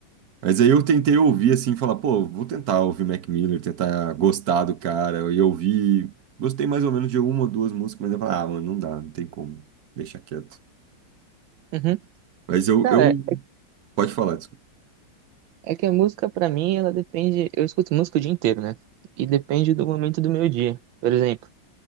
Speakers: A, on the right; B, on the right.
A: Mas aí eu tentei ouvir assim, falar, pô, vou tentar ouvir Mac Miller, tentar gostar do cara. E eu ouvi, gostei mais ou menos de uma ou duas músicas, mas eu falei, ah, mano, não dá, não tem como, deixa quieto.
B: Uhum.
A: Mas eu,
B: Cara,
A: eu... pode falar, desculpa.
B: é que a música pra mim, ela depende. Eu escuto música o dia inteiro, né? E depende do momento do meu dia. Por exemplo,